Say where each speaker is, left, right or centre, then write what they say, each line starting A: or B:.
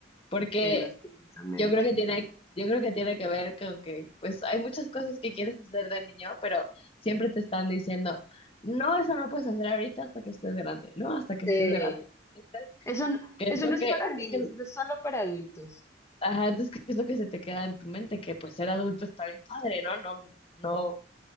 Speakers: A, on the left; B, on the left.
A: Porque
B: Sí, lastimosamente.
A: yo creo que tiene, yo creo que tiene que ver con que, pues, hay muchas cosas que quieres hacer de niño, pero siempre te están diciendo, no, eso no puedes hacer ahorita hasta que estés grande, no, hasta que
B: Sí.
A: estés grande. Entonces,
B: Eso no,
A: ¿Qué
B: eso
A: es lo
B: no es
A: que,
B: para niños,
A: qué es
B: eso es solo para adultos.
A: Ajá, entonces, ¿qué es lo que se te queda en tu mente? Que pues ser adulto está bien padre, ¿no? No, no